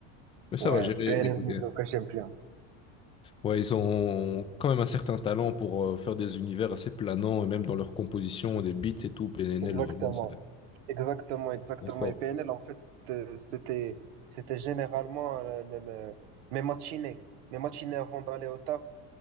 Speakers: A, on the left; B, on the right.
A: Mais ça
B: ouais,
A: va, j'irai
B: PNL
A: écouter.
B: Onizuka, j'aime bien.
A: Ouais, ils ont quand même un certain talent pour euh, faire des univers assez planants et même dans leur composition, des beats et tout. PNL,
B: Exactement.
A: vraiment, c'est
B: Exactement, exactement.
A: ils sont forts.
B: Et PNL, en fait, euh, c'était, c'était généralement euh, le- le- mes matinées. Mes matinées avant d'aller au taf,